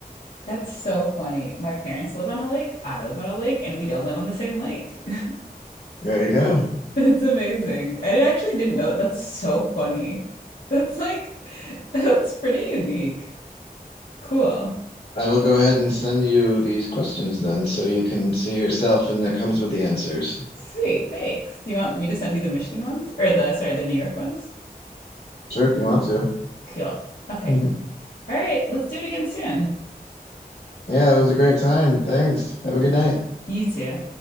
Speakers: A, on the left (about 70°); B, on the left (about 85°).
A: That's so funny. My parents live on a lake, I live on a lake, and we don't live on the same lake. <laughs>
B: There you go.
A: It's amazing. I actually didn't know that. That's so funny. That's like, <laughs> that's pretty unique. Cool.
B: I will go ahead and send you these questions then so you can see yourself and that comes with the answers.
A: Sweet. Thanks. Do you want me to send you the Michigan ones? Or the, sorry, the New York ones?
B: Sure, if you want to.
A: Cool. Okay.
B: <laughs> yeah,
A: c- All right. Let's do it again soon.
B: it was a great time. Thanks. Have a good
A: Y-
B: night.
A: You too.